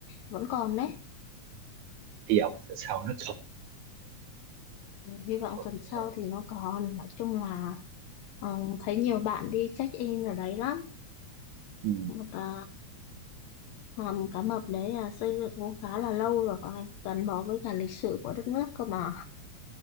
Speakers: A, on the left; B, on the right.
A: vẫn còn đấy
B: hy vọng tuần sau nó còn
A: hy vọng
B: <laughs> Ok.
A: tuần sau thì nó còn nói chung là ờ, thấy nhiều bạn đi check in ở đấy lắm
B: ừ.
A: một à, hầm cá mập đấy là xây dựng cũng khá là lâu rồi phải gắn bó với cả lịch sử của đất nước cơ mà